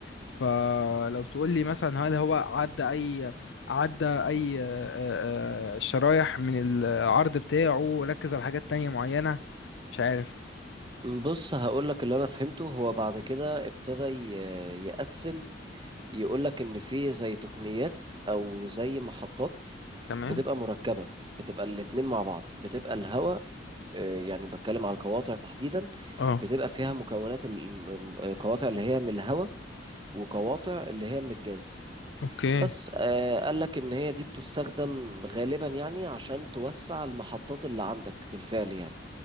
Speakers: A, on the left; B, on the right.
A: فلو تقول لي مثلا هل هو عدى اي عدى اي أه، أه، أه، شرايح من العرض بتاعه وركز على حاجات تانية معينة مش عارف
B: بص هقولك اللي انا فهمته هو بعد كده ابتدى ي- يقسم يقولك ان في زي تقنيات او زي محطات
A: تمام
B: بتبقى مركبة بتبقى الاتنين مع بعض بتبقى الهواء آه، يعني بتكلم على القواطع تحديدا
A: اه
B: بتبقى فيها مكونات ال- القواطع اللي هي من الهواء وقواطع اللي هي من الجاز
A: اوكي
B: بس آه، قالك ان هي دي بتستخدم غالبا يعني عشان توسع المحطات اللي عندك بالفعل يعني